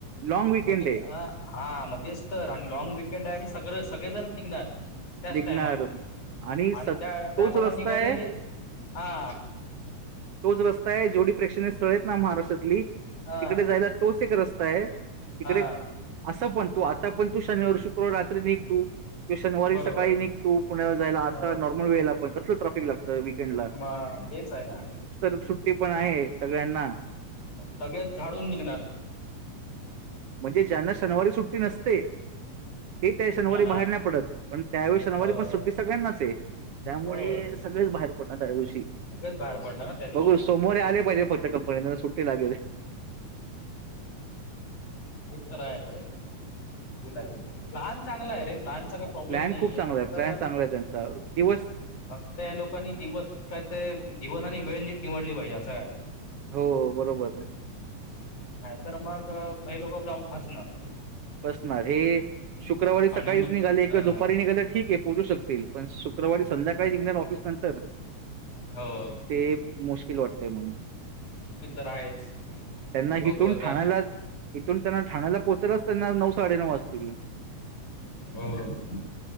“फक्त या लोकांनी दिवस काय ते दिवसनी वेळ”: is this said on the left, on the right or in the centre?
Left